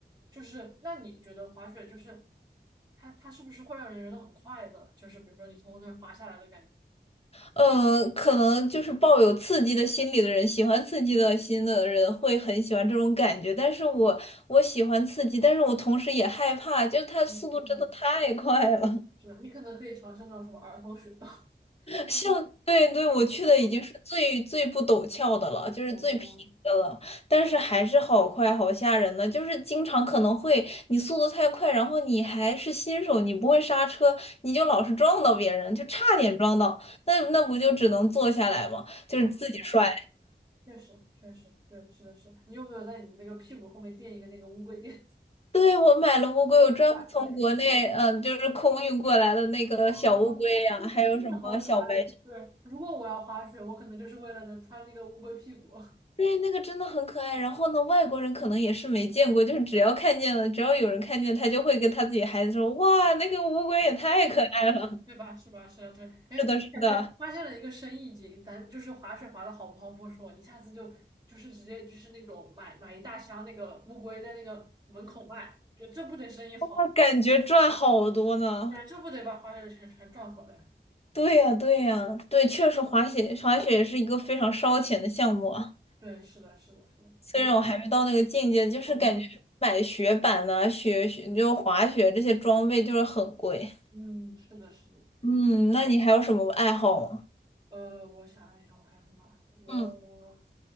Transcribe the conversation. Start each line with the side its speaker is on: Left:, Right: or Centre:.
Right: 就是那你觉得滑雪就是它它是不是会让人觉得很快乐？就是比如说你从那儿滑下来的感觉，
Left: 呃，可能就是抱有刺激的心理的人，喜欢刺激的心的人会很喜欢这种感觉。但是我我喜欢刺激，但是我同时也害怕，就是它速度真的太快了。
Right: 嗯嗯，是的。你可能可以尝试那种什么儿童雪道，<laughs>
Left: 像对对，
Right: 就是
Left: 我去的已经是最最不陡峭的了，
Right: 那种
Left: 就是最平的了，
Right: 哦，
Left: 但是还是好快，好吓人呢。就是经常可能会你速度太快，然后你还是新手，你不会刹车，你就老是撞到别人，就差点撞到，那那不就只能坐下来吗？
Right: 哦那
Left: 就是自己摔。
Right: 确实确实对，是的是的你有没有在你的那个屁股后面垫一个那个乌龟垫？
Left: 对，我买了乌龟，
Right: <laughs> 我反了
Left: 我专门从国内，
Right: <laughs>
Left: 嗯、就是空运过来的那个小乌龟呀、
Right: 啊，这真的好可爱啊！
Left: 还有什么小白
Right: 对，如果我要滑雪，我可能就是为了能穿那个乌龟屁股。
Left: 对，那个真的很可爱。然后呢，外国人可能也是没见过，就是只要看见了，只要有人看见，他就会跟他自己孩子说：“哇，那个乌龟也太可爱了！”
Right: <laughs> 对吧？是吧？是啊，对，哎，
Left: 是的，是的，
Right: 感觉发现了一个生意经，咱就是滑雪滑的好不好不说，你下次就就是直接就是那种买买一大箱那个乌龟在那个门口卖，觉得这不得生意好，
Left: 那感觉赚好多呢。
Right: 那这不得把滑雪的钱全赚回来？
Left: 对呀，对呀，对，确实滑雪滑雪也是一个非常烧钱的项目啊。
Right: 对，是的，是的，是的，
Left: 虽然我还没到那个境界，
Right: 我，
Left: 就是感觉买雪板呐、
Right: 嗯，
Left: 雪雪就滑雪这些装备就是很贵。
Right: 嗯是的，是的，
Left: 嗯，那你还有什么爱好吗？
Right: 呃，我想一想，我还有什么啊？我，
Left: 嗯。